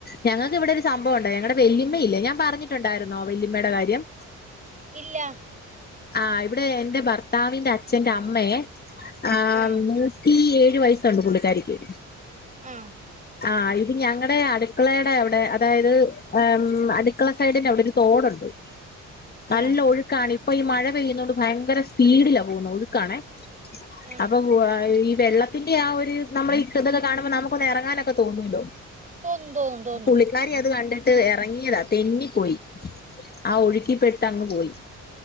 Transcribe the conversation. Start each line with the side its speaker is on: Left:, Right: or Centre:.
Left: ഞങ്ങൾക്കിവിടെ ഒരു സംഭവൊണ്ടായി ഞങ്ങടെ വല്യമ്മയില്ലേ ഞാൻ പറഞ്ഞിട്ടുണ്ടായിരുന്നോ വല്യമ്മേടെ കാര്യം.
Right: ഇല്ലാ.
Left: ആ ഇവിടെ എന്റെ ഭർത്താവിന്റെ അച്ഛന്റെ അമ്മയെ ആ
Right: ആഹ്
Left: നൂ റ്റി ഏഴ് വയസുണ്ട് പുള്ളിക്കാരിക്ക്
Right: അ
Left: ആ ഇത് ഞങ്ങടെ അടുക്കളേടേ അവിടെ അതായത് ഏം അട്ക്കള സയ്ഡിന്റെവിടൊരു തൊടുണ്ട് നല്ലൊഴുക്കാണി
Right: ആഹ്
Left: പ്പൊ ഈ മഴ പെയ്യുന്നോണ്ട് ഭയങ്കര സ്പീഡിലാ പോകുന്നെ ഒഴുക്കാണേ
Right: ആഹ്
Left: അപ്പൊ <unintelligible> വെള്ളത്തിന്റെ ആ ഒരു നമ്മളീ ഇതൊക്കെ കാണുമ്പൊ നമക്കൊന്നെറങ്ങാനൊ തോന്നൂല്ലോ
Right: തോന്നും തോന്നും തോന്നും
Left: പുള്ളിക്കാരി അത് കണ്ട് ട്ട് എറങ്ങിയതാ തെന്നിപ്പോയി ആ ഒഴുക്കിപ്പെട്ടങ്ങ് പോയി